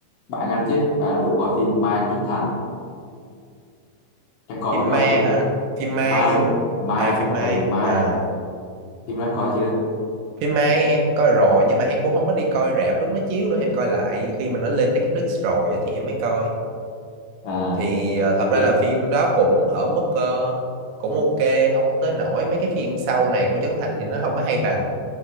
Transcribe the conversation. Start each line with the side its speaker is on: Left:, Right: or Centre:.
Left: bạn anh chứ bạn anh rủ coi phim Mai của Trấn Thành Em coi
Right: phim
Left: phim đó
Right: ma
Left: chưa?
Right: hả anh? phim Mai
Left: Mai,
Right: đúng không
Left: Mai,
Right: à phim Mai
Left: ừ Mai,
Right: à
Left: phim đó em coi chưa?
Right: Phim Mai em coi rồi nhưng mà em cũng không có đi coi rạp lúc nó chiếu nữa em coi lại khi mà nó lên Netflix rồi á, thì em mới coi
Left: À
Right: thì ờ, thật ra
Left: thì
Right: là phim đó cũng ở mức ờ, cũng ok không tới nổi mấy cái phim sau này của Trấn Thành thì nó không có hay bằng